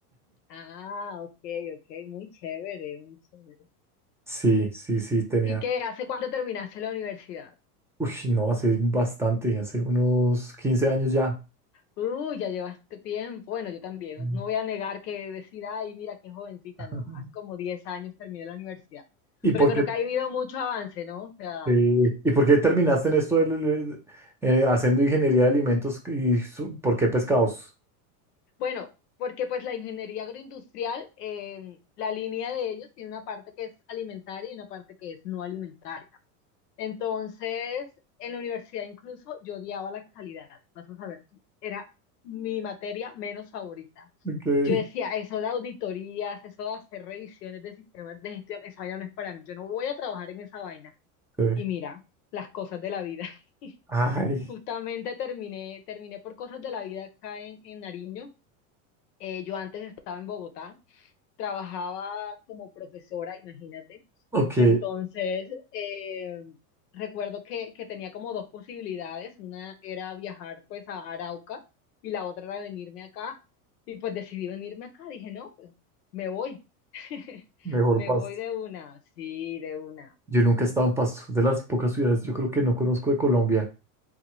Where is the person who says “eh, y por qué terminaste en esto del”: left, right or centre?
Centre